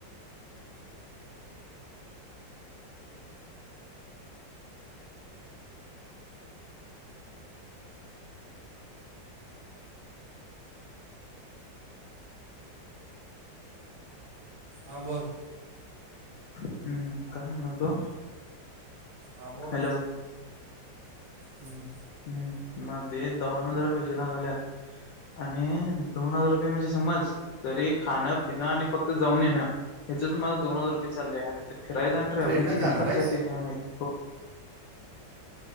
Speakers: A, on the right; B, on the left.
A: हां बोल.
B: हम्म काय सांगाल तो.
A: हा बोल.
B: हॅलो
A: हम्म.
B: हम् मग ते दवाखान्यात हजार पैसे झाल्यात. आणि दोन हजार रुपये म्हणजे समज. तरी खाणं पिणं आणि फक्त जाऊन येणं. ह्याच मला दोन हजार रुपय चालले आहे तथे फिरायचं आणि ट्रॅव्हलिंगचे
A: ट्रेननं जाणार
B: किती खर्च
A: आहेस
B: येते कायम माहित.